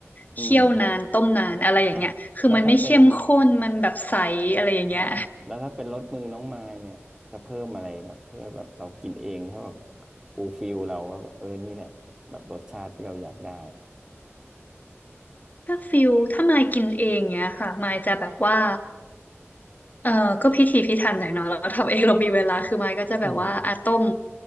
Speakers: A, on the right; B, on the left.
A: อืม
B: เคี่ยวนานต้มนานอะไรอย่างเงี้ยคือมันไม่เข้มข้นมันแบบใสอะไรอย่างเงี้ย
A: อ่ะแล้วถ้าเป็นฮะแล้วถ้าเป็นรสมือน้องมายเนี่ยจะเพิ่มอะไรแบบเพื่อแบบเรากินเองเพื่อแบบฟูลฟิลเราว่าแบบเออนี่แหละแบบรสชาติที่เราอยากได้
B: ถ้าฟิลถ้ามายกินเองเงี้ยค่ะมายจะแบบว่า เออก็พิถีพิถันหน่อยเนาะเราทำเองเรามีเวลาคือไม้ก็จะแบบว่าอ่ะต้ม
A: อืม